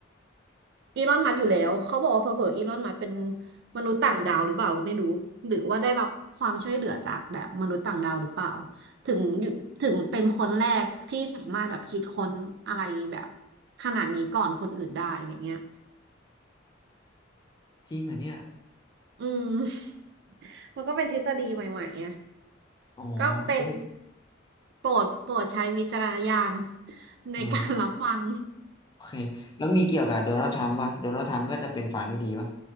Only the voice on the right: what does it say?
อีลอนมัสก์อยู่แล้ว เขาบอกว่าเผลอๆอีลอนมัสก์เป็นมนุษย์ต่างดาวหรือเปล่าก็ไม่รู้ หรือว่าได้รับความช่วยเหลือจากแบบมนุษย์ต่างดาวหรือเปล่า ถึงอยู่ถึงเป็นคนแรกที่สามารถแบบคิดค้นอะไรแบบขนาดนี้ก่อนคนอื่นได้อะไรเงี้ย
อืม <laughs> มันก็เป็นทฤษฎีใหม่ๆอ่ะ
ก็เป็น
โปรดโปรดใช้วิจารณญาณในการรับฟัง